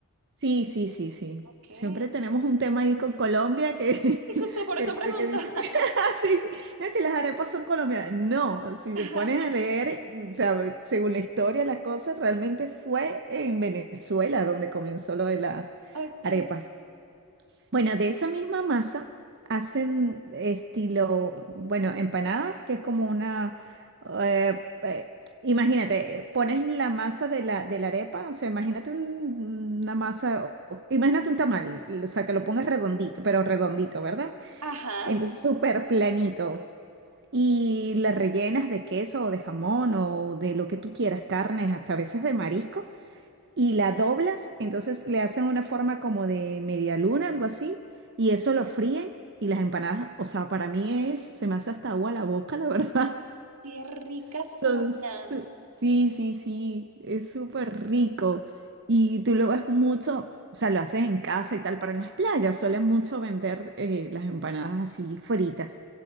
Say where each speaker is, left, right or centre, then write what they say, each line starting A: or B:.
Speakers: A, on the right; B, on the right.
A: Sí, sí, sí, sí.
B: Ok. Y
A: Siempre tenemos un tema ahí con Colombia que, <laughs>
B: Justo por
A: que,
B: esa pregunta.
A: que- que dicen, <laughs> "Ah, sí, sí, no, que las arepas son colombianas. No, si
B: <laughs>
A: se ponen a leer, o sea, según la historia, la cosa realmente fue en Venezuela donde comenzó lo de las
B: Ok.
A: arepas. Bueno, de esa misma masa hacen estilo, bueno, empanadas, que es como una, eh, eh, imagínate, pones la masa de la, de la arepa, o sea, imagínate un- una masa, o- imagínate un tamal, o sea, que lo pongas redondito, pero redondito, ¿verdad?
B: Ajá.
A: Entonces, súper planito. Y la rellenas de queso o de jamón o de lo que tú quieras, carnes, hasta a veces de marisco y la doblas, entonces le hacen una forma como de media luna, algo así, y eso lo fríen y las empanadas, o sea, para mí es, se me hace hasta agua la boca, la verdad.
B: Qué ricas
A: <laughs>
B: suenan.
A: Son su- sí, sí, sí, es súper rico. Y tú lo ves mucho, o sea, lo haces en casa y tal, pero en las playas suelen mucho vender eh, las empanadas así fritas.